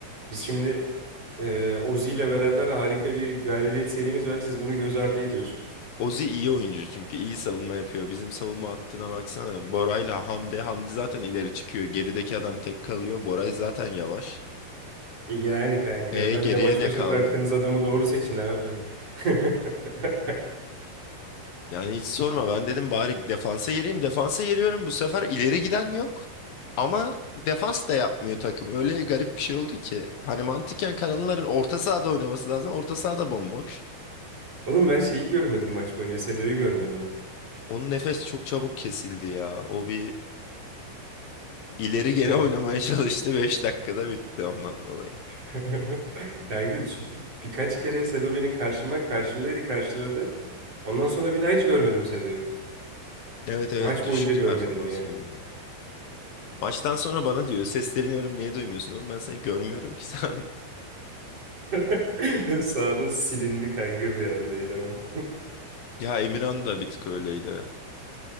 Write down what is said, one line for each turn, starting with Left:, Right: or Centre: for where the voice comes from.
Right: Biz şimdi e, Ozi ile beraber harika bir galibiyet serimiz var. Siz bunu göz ardı ediyorsunuz.
Left: Ozi iyi oyuncu çünkü iyi savunma yapıyor. Bizim savunma hattına baksana. Bora'yla Hamdi. Hamdi zaten ileri çıkıyor. Gerideki adam tek kalıyor. Boray zaten yavaş.
Right: Yani kanka
Left: E
Right: benle
Left: geriye
Right: baş
Left: ne
Right: başa
Left: kaldı?
Right: bıraktığınız adamı doğru seçin abi. <laughs>
Left: Yani hiç sorma ben dedim bari defansa yeriyim. Defansa yeriyorum bu sefer ileri giden yok. Ama defans da yapmıyor takım. Öyle garip bir şey oldu ki. Hani mantıken kanalların orta sahada oynaması lazım. Orta sahada bomboş.
Right: Oğlum ben şeyi görmedim maç boyunca. Sedo'yu görmedim.
Left: Onun nefes çok çabuk kesildi ya. O bir ileri geri
Right: Heh.
Left: oynamaya <laughs> çalıştı. beş dakikada bitti ondan dolayı.
Right: <laughs> Kanka çünkü birkaç kere Sedo beni karşıma karşımdaydı karşıladı. Ondan sonra bir daha hiç görmedim Sedo'yu.
Left: Evet evet
Right: Maç
Left: düşük
Right: boyunca görmedim
Left: performans
Right: ya.
Left: oyuncu. Maçtan sonra bana diyor sesleniyorum niye duymuyorsun oğlum ben seni görmüyorum ki sen. <laughs>
Right: <laughs> Sağda silindi kanka bir anda eleman.
Left: Ya Emirhan da bir tık öyleydi.